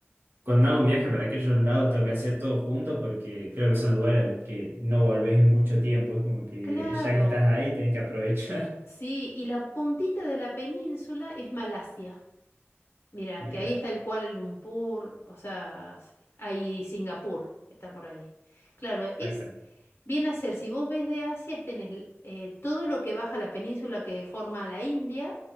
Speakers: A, on the right; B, on the left.
A: Cuando hago un viaje para aquellos lados tengo que hacer todo junto porque creo que son lugares a los que no volvés en mucho tiempo. Es como que
B: Claro,
A: ya que estás ahí tenés que aprovechar.
B: sí, y la puntita de la península es Malasia. Mira,
A: <laughs> Mira,
B: que ahí está el Kuala Lumpur, o sea, s- hay Singapur, está por ahí. Claro, es
A: exactamente.
B: bien a ser, si vos ves de Asia, tenés l- eh, todo lo que baja la península que forma la India